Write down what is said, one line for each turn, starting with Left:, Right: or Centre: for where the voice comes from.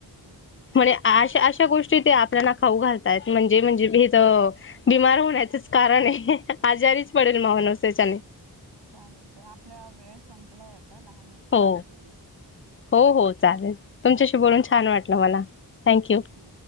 Right: अच्छा
Left: म्हणजे अशा अशा गोष्टी ते आपल्याला खाऊ घालतायत म्हणजे म्हणजे हे तर बीमार होण्याचच कारण आहे
Right: तेच
Left: आजारीच पडेल माहन त्याच्याने
Right: चालेल आपल्याला वेळ संपलाय आता दहा मिनटं
Left: हो
Right: होऊन गेली
Left: हो हो चालेल तुमच्याशी बोलून छान वाटलं मला थँक
Right: थँक्यू
Left: यू